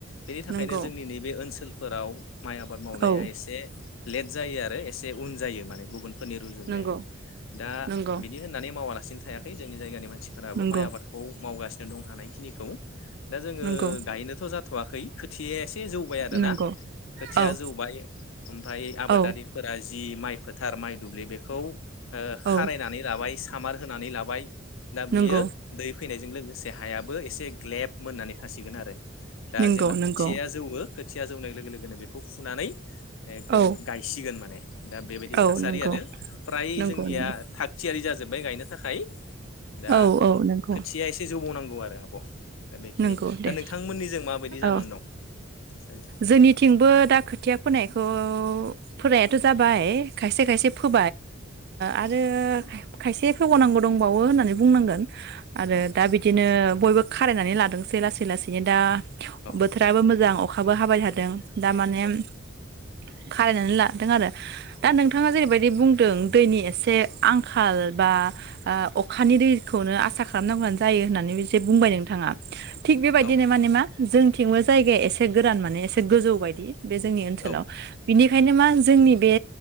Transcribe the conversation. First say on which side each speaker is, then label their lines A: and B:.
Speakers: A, on the left (about 70°); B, on the right (about 55°).
A: बेनि थाखायनो
B: नंगौ
A: जोंनि नैबे ओनसोल फोराव माइ आबाद मावनाया
B: औ
A: एसे लेट जायो आरो एसे उन जायो माने गुबुन फोरनि रुजुनायाव
B: नंगौ
A: दा
B: नंगौ
A: बिदि होननानै मावालासिनो थायाखै है जोंनि जायगानि मानसि सिफोराबो
B: नंगौ
A: माइ आबादखौ मावगासिनो दं हानायखिनिखौ दा जोंङो
B: नंगौ
A: गायनोथ जा थवाखै खोथिया या एसे जौबाय आरो
B: नंगौ
A: ना खोथिया
B: औ
A: जौबाय ओमफ्राय आबादारिफोरा
B: औ
A: जि माइ फोथार माइ दुब्लि बेखौ ओ खारायनानै
B: औ
A: लाबाय खामार होनानै लाबाय दा बियो
B: नंगौ
A: दै फैनाय जों लोगोसे हायाबो एसे ग्लेब मोननानै थासिगोन आरो दा
B: नंगौ
A: जेब्ला
B: नंगौ
A: खोथियाया जौवो खोथिया जौनाय लोगो लोगोनो बेखौ फुनानै एकदम
B: औ
A: गायसिगोन माने दा बेबायदि
B: औ
A: थासारि
B: नंगौ
A: आरो फ्राय
B: नंगौ
A: जोंनिया
B: नंगौ
A: थागथियारि जाजोब माय गायनो थाखाय दा
B: औ औ नंगौ
A: खोथियाया एसे जौबावनां गौ आरो आब' दा बेखिनि
B: नंगौ दे
A: दा नोंथांमोननिजों माबायदि
B: औ
A: जानानै दं थासारि
B: जोंनिथिंबो दा खोथिया फोनायखौ फोरायाथ' जाबाय खायसे खाय ओ आरो खायसे फोबावनांगौ दंबावो होननानै बुंनांगोन। आरो
A: औ
B: दा बिदिनो बयबो खारायना नै लादोंसै लासै लासैनो दा
A: औ
B: बोथोराबो मोजां अ अखाबो हाबाय थादों। दा मानेम
A: औ
B: - खारायनानै लादों आरो दा नोंथाङा जेरैबायदि बुं दों दैनि एसे आंखाल बा ओ अखानि दैज खौनो आसा खालामनांगौआनो जायो होननानै बिसे बुंबाय नोंथाङा। थिग बेबायदिनो
A: औ
B: माने मा जोंथिंबो जायगाया एसे गोरान माने एसे गोजौ बायदि। बे जोंनि ओनसोलाव
A: औ
B: बिनिख खायनो मा जोंनि बे